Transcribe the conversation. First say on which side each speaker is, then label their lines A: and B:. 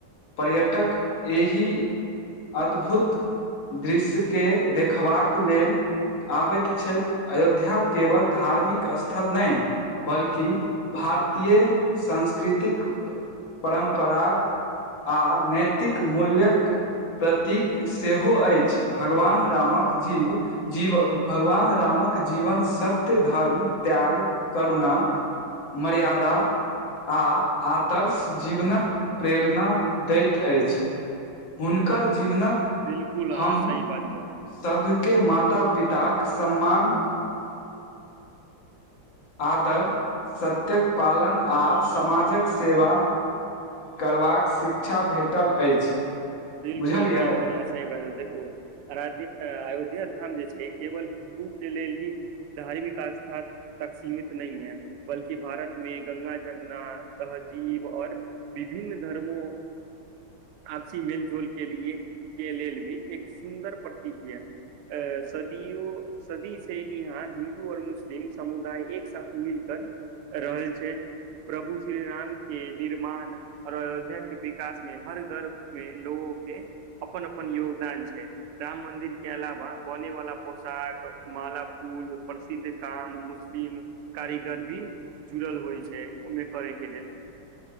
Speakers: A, on the left (about 65°); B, on the right (about 85°).
A: पर्यटक एहि अद्भुत- दृश्य के देखबाक लेल- आबैत छथि अयोध्या केवल धार्मिक स्थल नहि। बल्कि भारतीय संस्कृतिक -परम्परा- आ नैतिक मूल्य्यक- प्रतीक सेहो अछि, भगवान रामक जीव- जीव भगवान रामक जीवन सत्य, धर्म, त्याग, करुणा, मर्यादा आ आदर्श जीवनक प्रेरणा- दैत अछि। हुनकर जीवनक
B: बिलकुल अहाँ
A: हम-
B: सही बाजलहुँ
A: सभके माता पिताक सम्मान- आदर सत्यक पालन आ समाजक सेवा- करबाक शिक्षा भेटल अछि।
B: बिलकुल-
A: बुझलियै
B: बिलकुल अहां सही बाजल। देखू- अराध्या आ-अयोध्या धाम जे छै केवल उ के लेल ही धार्मिक आस्था- तक सीमित नहि है, बल्कि भारत मे गङ्ंगा जमुना तहजीब और- विभिन्न धर्मो, आपसी मेल- झोल के लिए के लेल भी एक सुन्दर प्रतीकिया अ- सदियो- सदी से इहाँ हिन्दू और मुस्लिम समुदाय एक साथ मिलकर- रहय छै। प्रभु श्री राम के निर्माण और अयोध्या के विकास मे हर घर मे- लोगो के, अपन अपन योगदान छै। राम मंदिर के अलावा बने वाला पोशाक, माला, फूल प्रसिद्ध काम, मुस- फ्री में कारीगर भी जुड़ल- होइ छै ओहिमे करैके लेल